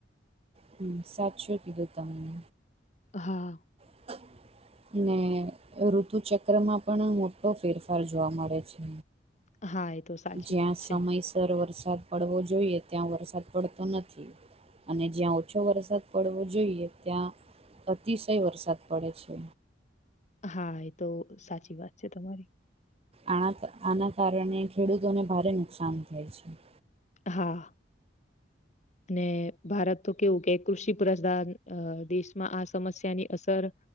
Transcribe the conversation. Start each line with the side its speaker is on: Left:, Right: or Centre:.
Right: હમ્મ સાચું કીધું તમે.
Left: હા.
Right: <inaudible> ને ઋતુ ચક્રમાં પણ મોટો ફેરફાર જોવા મળે છે.
Left: હા. તો સાચી
Right: જ્યાં
Left: વાત
Right: સમયસર
Left: છે.
Right: વરસાદ પડવો જોઈએ ત્યાં વરસાદ પડતો નથી. અને જ્યાં ઓછો વરસાદ પડવો જોઈએ ત્યાં અતિશય વરસાદ પડે છે.
Left: હા એ તો સાચી વાત છે તમારી.
Right: આ આના કારણે ખેડૂતોને ભારે નુકસાન થાય છે.
Left: હા ને ભારત તો કેવું કે કૃષિ પ્રધાન આ દેશમાં આ સમસ્યાની અસર